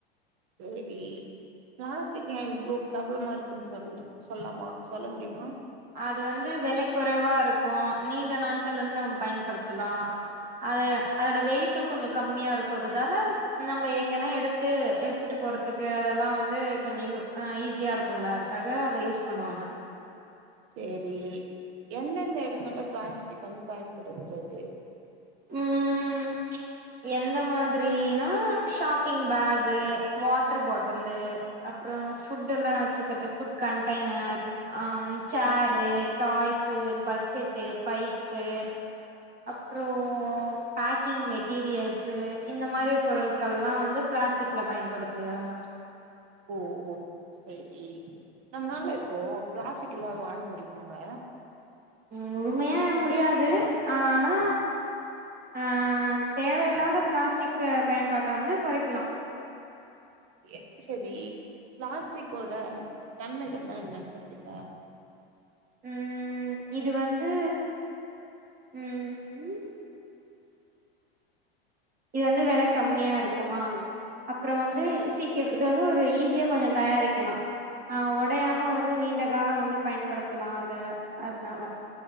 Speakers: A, on the right; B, on the right.
A: சேரி பிளாஸ்டிக் ஏன் இவ்ளோ ப்பிராப்ளமா இருக்குன்னு சொல் சொல்லாமா சொல்ல முடியுமா
B: அது வந்து வெலை குறைவா இருக்கு நீண்ட நாட்கள் வந்து நம்ம பயன்படுத்தலா அத அதோட வெயிட்டும் கொஞ்சம் கம்மியா இருக்குறதால நம்ம எங்கன்னா எடுத் து எடுத்துட்டு போறதுக்கு அதெல்லா வந்து கொஞ்சம் யூ அஹ் ஈஸியா இருக்குல்ல அதுக்காக அத யூஸ் பண்ணுவாங்க
A: சேரி எந்தெந்த எடங்கள்ல பிளாஸ்டிக் வந்து பயன்படுகிறது
B: உம் ச் எந்த மாதிரினா ஷாப்பிங் பேக் அது வாட்டர் பாட்டுலு அப்புறோ ஃபுட் எல்லா வச்சுக்கிறதுக் ஃபுட் கண்ட்டைய்னர் ஹம் சேரு டாய்சு பக்கெட்டு பைப்பு அப்புறோ பேக்கிங் மெட் டீரியல்ஸ்சு இந்த மாரி பொருட்கள்லா வந்து பிளாஸ்டிக்ல பயன்படுத்துகிறாங்க
A: ஓஓ செரி நம்மளால இப்போ பிளாஸ் டிக்கில்லாது வாழ முடிம்மாங்க
B: முழுமையா முடியாது ஆனா ஹ் தேவயில்லாத பிளாஸ்டிக்கு பயன்பாட்ட வந்து கொறைக்கலா
A: எ செரி பிளாஸ்டிக்கோட நன்மைகள்ல்லா என்னன் சொல்வீங்க?
B: ம் இது வந்து ம் ம் இது வந்து வெல கம்மியா இருக்குமா அப்றோ வந்து சீ க்க இது வந்து ஒரு ஈஸியா கொஞ்சோ தயாரிக்கலா அ ஒடையாம வந்து நீண்ட காலோ வந்து பயன்படுத்த லா அத அதுனால